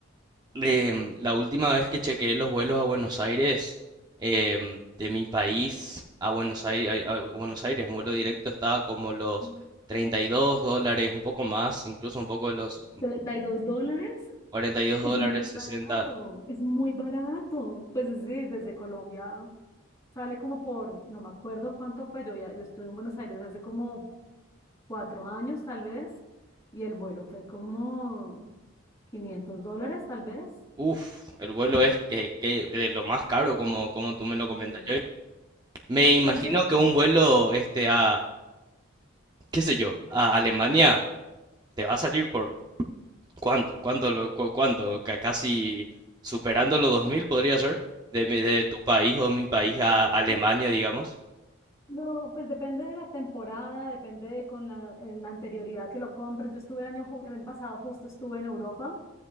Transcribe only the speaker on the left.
ujú.
32 dólares
es muy
barato, es muy barato. Pues es decir, desde Colombia sale como por, no me acuerdo cuánto fue, yo, ya, yo estuve en Buenos Aires hace como cuatro años tal vez, y el vuelo fue como 500 dólares tal vez.
Sí.
Entonces,
no, pues depende de la temporada, depende de con la, eh, la anterioridad que lo compres. Yo estuve el año, ju- el año pasado, justo estuve en Europa